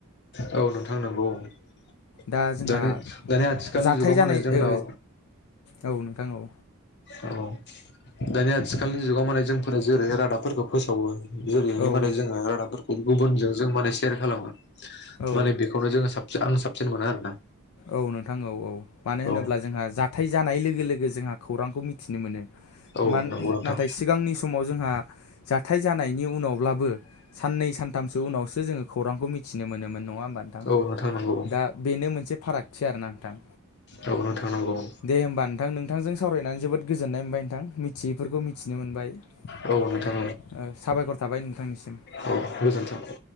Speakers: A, on the left; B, on the left.
A: औ नोंथां नोंगौ औ
B: दा जोंहा
A: दानि दानि आथिखालनि
B: जाथाय
A: जुगाव
B: जानाय
A: मा होनो जोंनाव
B: ओ औ नोंथां औ
A: औ दानि आथिखालनि जुगाव माने जोंफोर जेरैहाय रादाबफोरखौ फोसावो। जेरैहाय
B: औ
A: माने जोङो रादाबफोरखौ गुबुनजों जों माने सेयार खालामो
B: औ
A: माने बेखौनो जोङो साब आं साबसिन मोनो आरोना।
B: औ नोंथां औ औ मानो होनोब्ला
A: औ
B: जोंहा जाथाय जानाय लोगो लोगो जोंहा खौरांखौ मिथिनो मोनो।
A: औ
B: मान
A: नंगौ नोंथां
B: नाथाय सिगांनि समाव जोंहा जाथाय जानायनि उ उनावब्लाबो साननै सानथामसो उनावसो जोङो खौरांखौ मिथिनो मोनोमोन नङा होमबा नोंथां?
A: औ नंगौ
B: दा बेनो मोनसे फारागथि आरोना। नोंथां
A: औ नोंथां नंगौ
B: दे होमबा नोंथां नोंथांजों सावरायनानै जोबोद गोजोननाय मोनबाय नोंथां मिथियैफोरखौ मिथिनो मोनबाय। ओ
A: औ नोंथां
B: साबायखर थाबाय नोंथांनिसिम
A: औ गोजोन्थों